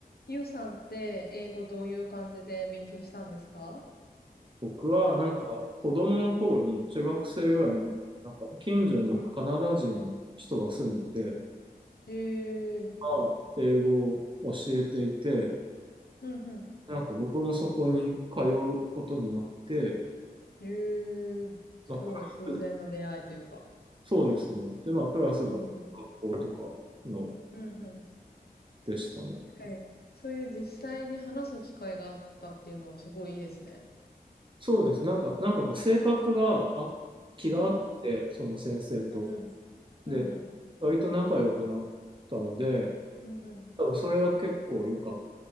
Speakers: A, on the left; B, on the right.
A: ゆうさんって英語どういう感じで勉強したんですか
B: 僕はなんか子供の頃に中学生ぐらいのなんか近所にカナダ人の人が住んでて、
A: うんうん。へえ、
B: まあ英語を教えていて、
A: うんう
B: なんか僕もそこに通うことになって、
A: ん。へえ、すごい。
B: まあ、プラス、
A: 偶然の出会いというか。
B: そうですね。で、まあ、プラスが学校とかの
A: うんうん。うんうん。
B: でしたね。
A: はい。そういう実際に話す機会があったっていうのはすごいいいですね。
B: そうです。なんか、なんかこう性格があ、気があって、
A: うん。
B: その先生と。
A: うんうん。うんうん。
B: で、割と仲良くなったので、
A: うんうん。
B: 多分それは結構良かっ